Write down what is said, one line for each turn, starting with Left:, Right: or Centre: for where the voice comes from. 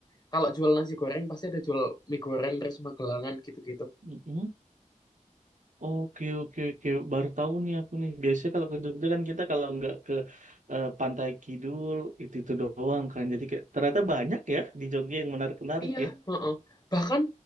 Left: kalau jual nasi goreng pasti ada jual mie goreng terus magelangan gitu-gitu.
Right: heeh. Oke oke oke baru tahu nih aku nih biasanya kalau ke Jogja kan kita kalau nggak ke eh, Pantai Kidul itu itu doang kan jadi kayak, ternyata banyak ya di Jogja yang menarik menarik
Left: Iya,
Right: ya
Left: heeh. Bahkan